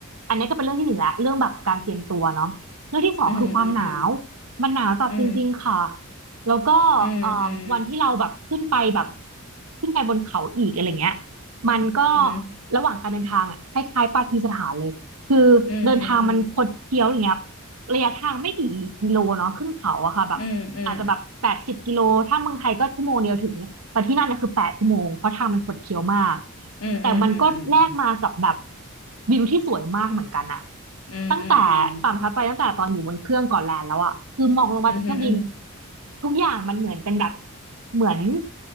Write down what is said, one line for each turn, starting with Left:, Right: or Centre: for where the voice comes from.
Right: อันนี้ก็เป็นเรื่องที่หนึ่งแล้วเรื่องแบบการเตรียมตัวเนาะเรื่องที่สองคือความหนาว
Left: อืมอืมอื
Right: มันหนาวจัดจริงๆค่ะ
Left: ม
Right: แล้วก็เอ่อวันที่เราแบบขึ้นไปแบบ
Left: อืมอืม
Right: ขึ้นไปบนเขาอีกอะไรเงี้ยมันก็
Left: อื
Right: ระหว่างการเดินทางอะคล้ายๆปากีสถานเลยคือเดินทางมันคดเคี้ยวอย่างเงี้ย
Left: มอืมอืม
Right: ระยะทางไม่กี่กิโลเนาะขึ้นเขาอะค่ะแบบอาจจะแบบแปดสิบกิโลถ้าเมืองไทยก็ชั่วโมงเดียวถึงแต่ที่นั่นเนี่ยคือแปดชั่วโมงเพราะทางมันคดเคี้ยวมาก
Left: อืมอืมอืมอืมอื
Right: แต่มันก็แลกมากับแบบ
Left: ม
Right: วิวที่สวยมากเหมือนกันอะ
Left: อืมอืมอืมอืม
Right: ตั้งแต่ความประทับใจตั้งแต่ตอนอยู่บนเครื่องก่อนแลนด์แล้วอะคือมองลงมาจากเครื่องบิน
Left: อืมอืม
Right: ทุกอย่างมันเหมือนเป็นแบบเหมือน